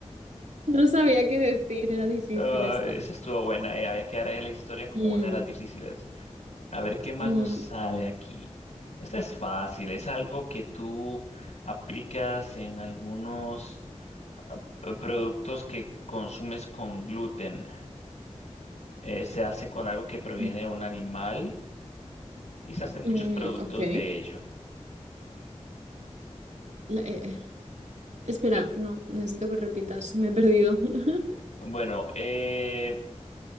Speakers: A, on the right (about 75°); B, on the left (about 70°).
A: no sabía qué decir, era difícil
B: Ah,
A: esta.
B: esa estuvo buena, ya, ya quedará la historia como
A: Mm,
B: una de las difíciles. A ver, ¿qué más
A: mm,
B: nos sale aquí? Esta es fácil, es algo que tú aplicas en algunos ah, p- productos que consumes con gluten. Eh, se hace con algo que proviene
A: mm,
B: de un animal y se hacen
A: mm,
B: muchos productos
A: ok.
B: de ello.
A: La- eh, Espera,
B: Pero,
A: no, necesito que repitas, me he perdido. <laughs>
B: bueno, eh,